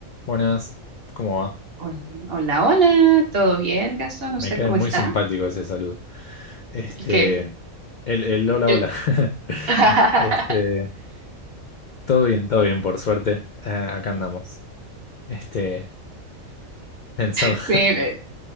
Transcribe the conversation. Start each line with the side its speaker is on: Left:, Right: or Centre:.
Left: Buenas, ¿cómo va?
Right: Hola, hola, hola, ¿todo bien, Gastón? ¿Usted
Left: Me cae
Right: cómo
Left: muy
Right: está?
Left: simpático ese saludo. Este,
Right: ¿El qué?
Left: el, el hola,
Right: El-
Left: hola. <laughs>
Right: <laughs>
Left: Este, todo bien, todo bien, por suerte. Ah, acá andamos. Este, pensando,
Right: Sí, me,